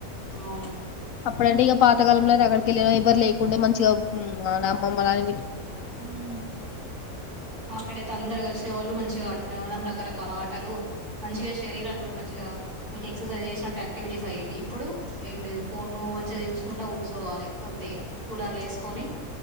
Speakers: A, on the right; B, on the left.
A: అవును
B: అప్పుడంటే ఇక పాతకాలంలోనే ఎక్కడికెళ్ళిన ఎవరు లేకుండే మంచిగా అమ్మమ్మ అని
A: ఉమ్ అక్కడైతే అందరు కలిసే వాళ్ళు మంచి గా ఆడుకునే వాళ్ళం రకరకాల ఆటలు మంచిగా శరీరానికి కూడా మంచిగా ఏంటి ఎక్సర్సైజ్ చేసినట్టు యాక్టివిటీస్ అయ్యవి ఇప్పుడు ఏం లేదు ఫోన్లు మంచిగా చూసుకుంటా కూసోవాలి అంతే కూలర్లు వేసుకొని